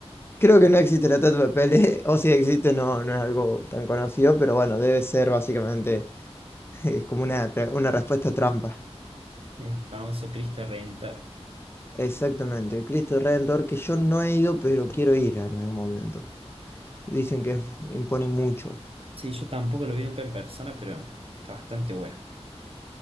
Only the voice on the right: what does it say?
El famoso Cristo Redentor.
Sí, yo tampoco lo vi nunca en persona, pero está bastante bueno.